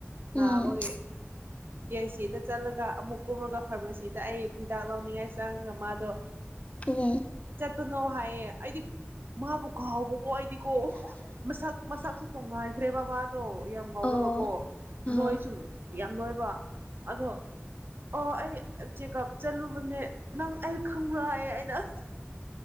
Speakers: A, on the left (about 30°); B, on the right (about 50°).
A: ꯎꯝ
B: ꯅꯕꯥꯒꯤ꯫ ꯄꯤ-ꯑꯩꯆ-ꯁꯤꯗ ꯆꯠꯂꯒ ꯑꯃꯨꯛ ꯀꯨꯝꯃꯒ ꯐꯥꯔꯃꯥꯁꯤꯗ ꯑꯩ ꯍꯤꯗꯥꯛ ꯂꯧꯅꯤꯡꯉꯥꯏ ꯆꯪꯉꯒ ꯃꯥꯗꯣ
A: ꯎꯨꯝ
B: ꯀꯅꯣ ꯍꯥꯏꯌꯦ ꯑꯩꯗꯤ ꯃꯥꯕꯨ ꯀꯥꯎꯕꯀꯣ ꯑꯩꯗꯤꯀꯣ ꯃꯁꯛ ꯃꯁꯛꯁꯨ ꯇꯣꯡꯉꯥꯏꯈ꯭ꯔꯦ ꯕꯥ ꯗꯣ ꯌꯥꯝ ꯉꯧꯔꯒ
A: ꯑꯣ
B: ꯀꯣ ꯅꯣꯏ
A: ꯑꯥ
B: ꯁꯨ ꯌꯥꯝ ꯅꯣꯏꯕ ꯑꯗꯣ ꯑꯣ ꯑꯩ ꯆꯦꯛꯀꯞ ꯆꯠꯂꯨꯕꯅꯦ ꯅꯪ ꯑꯩ ꯈꯪꯕ꯭ꯔ ꯍꯥꯏꯌꯦ ꯑꯩꯅ